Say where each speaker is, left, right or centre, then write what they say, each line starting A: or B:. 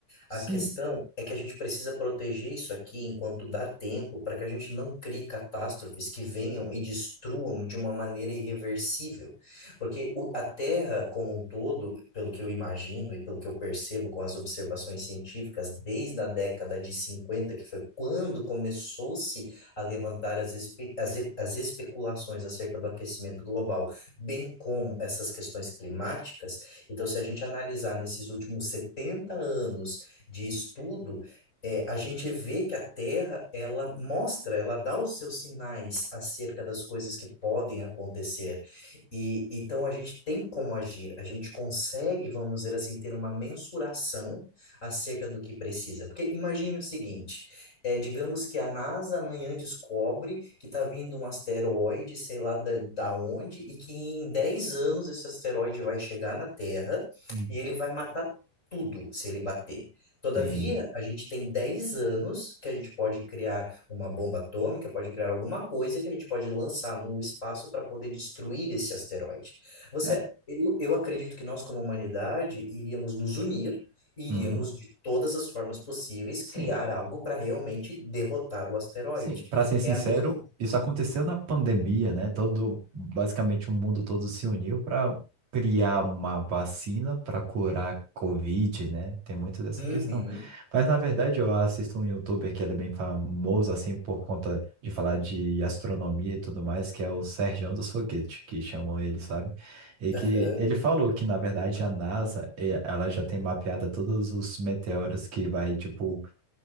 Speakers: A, on the right (about 55°); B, on the left (about 20°).
A: Sim,
B: A questão é que a gente precisa proteger isso aqui enquanto dá tempo, para que a gente não crie catástrofes que venham e destruam de uma maneira irreversível. Porque o- a Terra como um todo, pelo que eu imagino e pelo que eu percebo com as observações científicas, desde a década de 50, que foi quando começou-se a levantar as, espe- as, e- as especulações acerca do aquecimento global, bem como essas questões climáticas. Então, se a gente analisar nesses últimos 70 anos de estudo, é, a gente vê que a Terra, ela mostra, ela dá os seus sinais acerca das coisas que podem acontecer. E então a gente tem como agir, a gente consegue, vamos dizer assim, ter uma mensuração acerca do que precisa. Porque imagine o seguinte, é, digamos que a NASA amanhã descobre que está vindo um asteroide, sei lá da, da onde, e que em 10 anos esse asteroide vai chegar na Terra
A: Uhum.
B: e ele vai matar tudo se ele bater. Todavia,
A: tem.
B: a gente tem 10 anos que a gente pode criar uma bomba atômica, pode criar alguma coisa que a gente pode lançar no espaço para poder destruir esse asteroide. Você,
A: É,
B: eu, eu acredito que nós, como humanidade, iríamos nos unir, e iríamos,
A: uhum,
B: de todas as formas possíveis,
A: sim.
B: criar algo para realmente derrotar o asteroide.
A: Sim, para ser sincero,
B: É a mesma.
A: isso aconteceu na pandemia, né? Todo, basicamente o mundo todo se uniu para criar uma vacina para curar a Covid, né? Tem muito dessa
B: Uhum,
A: questão. Mas na verdade, eu assisto um YouTuber que ele é bem famoso assim por conta de falar de astronomia e tudo mais, que é o Sergião dos Foguetes, que chamam ele, sabe? E que
B: aham,
A: ele falou que na verdade a NASA, eh, ela já tem mapeada todos os meteoros que vai tipo